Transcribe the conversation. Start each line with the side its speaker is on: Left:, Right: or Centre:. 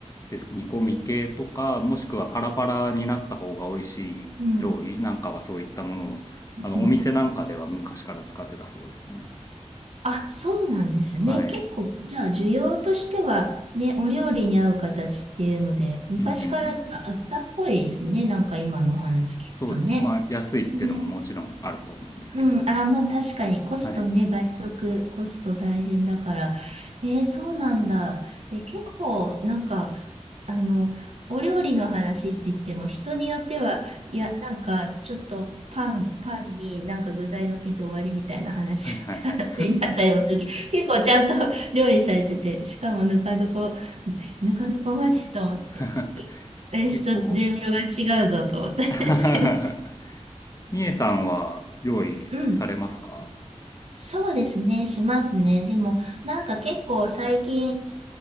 Left: です。煮込み系とか、もしくはパラパラになった方が美味しい料理なんかはそういったものを、
Right: うん、
Left: あの、
Right: うん。
Left: お店なんかでは昔から使ってたそうですね。
Right: あ、そうなんですね。
Left: はい。
Right: 結構、じゃあ、需要としては、ね、お料理に合う形っていうので、昔からじゃあ、
Left: うんうんうん。
Right: あったっぽいですね。なんか今のお話聞くとね。
Left: そうですね。まあ、安いってのももちろんあると思うんですけど。
Right: ね。うん、あー、まあ確かにコストね、
Left: はい。
Right: 外食コスト大変だから。えー、そうなんだ。え、結構なんか、あの、お料理の話って言っても人によっては、いや、なんかちょっとパン、パンになんか具材のっけて終わりみたいな話、
Left: はいはいはい。
Right: <laughs> 話になったりもするけど、結構ちゃんと <laughs> 料理されてて、しかもぬか床、ぬか床までと思って、
Left: <laughs>
Right: うちレストレベルが違うぞと思ったんですけど。
Left: 結構 <laughs> みえさんは料理されますか
Right: うんそうですね、しますね。でも、なんか結構最近、